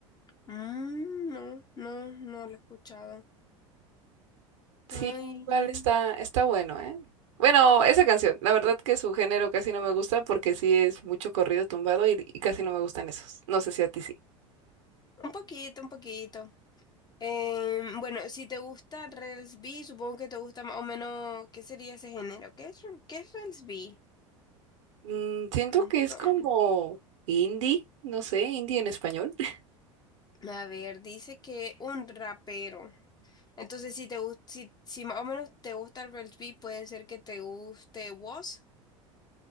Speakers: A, on the left; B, on the right.
A: Mm, no, no, no lo he escuchado.
B: Sí,
A: Ay,
B: igual está, está bueno, ¿eh? Bueno, esa canción, la verdad que su género casi no me gusta porque sí es mucho corrido tumbado y, y casi no me gustan esos. No sé si a ti sí.
A: un poquito, un poquito. Eh, bueno, si te gusta Rels B, supongo que te gusta más o menos, ¿qué sería ese género? ¿Qué es, qué es Rels B?
B: Mm, siento
A: Ah,
B: que es
A: com-
B: como indie, no sé, indie en español. <laughs>
A: A ver, dice que un rapero. Entonces, si te gusta, si, si más o menos te gusta el rugby, puede ser que te guste Woz,